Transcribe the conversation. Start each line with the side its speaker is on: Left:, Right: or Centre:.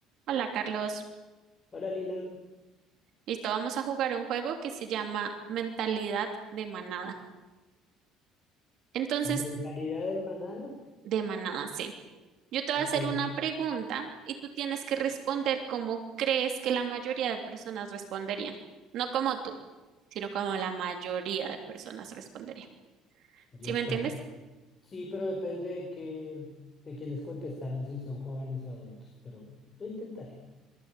Right: Hola Carlos,
Left: Hola Lina,
Right: listo, vamos a jugar un juego que se llama Mentalidad de Manada. Entonces,
Left: mentalidad en manada,
Right: de manada, sí. Yo te voy
Left: ok,
Right: a hacer una pregunta y tú tienes que responder como crees que la mayoría de personas responderían. No como tú, sino como la mayoría de personas responderían.
Left: Dios
Right: ¿Sí me entiendes?
Left: santo. Sí, pero depende de que, de quienes contestaron, si son jóvenes o adultos, pero lo intentaré.